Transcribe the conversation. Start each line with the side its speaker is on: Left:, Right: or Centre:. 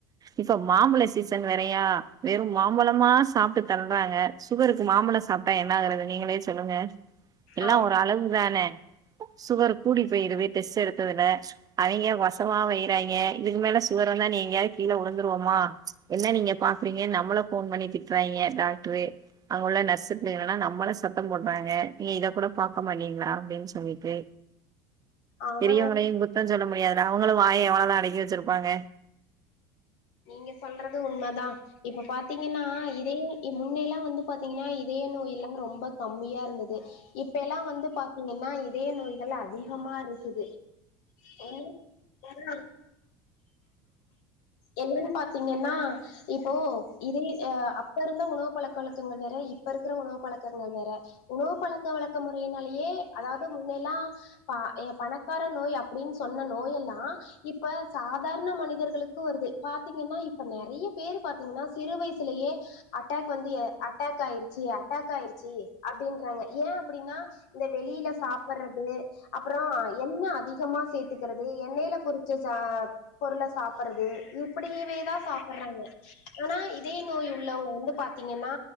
Right: இப்போ மாம்பழோ சீசன் வேறயா வெறு மாம்பழமா சாப்ட்டு தள்றாங்க சுகருக்கு மாம்பழோ சாப்ட்டா என்னாகறது நீங்களே சொல்லுங்க எல்லா
Left: ஆம்
Right: ஒரு அளவுதான சுகர் கூடி போயிருது டெஸ்ட் எடுத்ததுல அவிங்க வசமா வய்யறாங்க இதுக்கு மேல சுகர் வந்தா நீ எங்கயாது கீழ உழுந்துருவமா என்ன நீங்க பாக்றீங்கன் நம்மள ஃபோன் பண்ணி திட்றாய்ங்க டாக்டரு அங்க உள்ள நர்ஸு புள்ளைகளெல்லா நம்மள சத்தம் போட்றாங்க நீ இத கூட பாக்க மாட்டீங்ளா அப்டின் சொல்லிட்டு
Left: ஆமாங்க
Right: பெரியவங்களையு குத் தோ சொல்ல முடியாதுல்ல அவுங்களு வாய எவ்ளோதா அடக்கி வெச்சிருப்பாங்க
Left: நீங்க சொல்றது உண்மதா இப்ப பாத்தீங்கன்னா இதய முன்னயெல்லா வந்து பாத்தீங்கன்னா இதய நோய் எல்லா ரொம்ப கம்மியா இருந்தது இப்பயெல்லா வந்து பாத்தீங்கன்னா இதய நோய்கள் அதிகமா இருக்குது என்ன என்னன் பாத்தீங்கன்னா இப்போ இதே அ அப்ப இருந்த உணவு பழக்க வழக்கங்கள் வேற இப்ப இருக்கற உணவு பழக்கங்கள் வேற உணவு பழக்க வழக்க முறையினாலயே அதாவது முன்னல்லா பா பணக்கார நோய் அப்டின் சொன்ன நோயெல்லா இப்ப சாதாரண மனிதர்களுக் கு வருது பாத்தீங்கன்னா இப்ப நெறைய பேரு பாத்தீங்கன்னா சிறு வய்சுலயே அட்டாக் வந்து எ அட்டாக் ஆயிருச்சு அட்டாக் ஆயிருச்சு அப்டின்றாங்க ஏ அப்டின்னா இந்த வெளியில சாப்பறது அப்பறோ எண்ண அதிகமா சேத்துக்கறது எண்ணைல பொரிச்ச ச பொருள சாப் பறது இப்படியவேதான் சாப்பறாங்க ஆனா இதய நோய் உள்ளவங்க வந்து பாத்தீங்கன்னா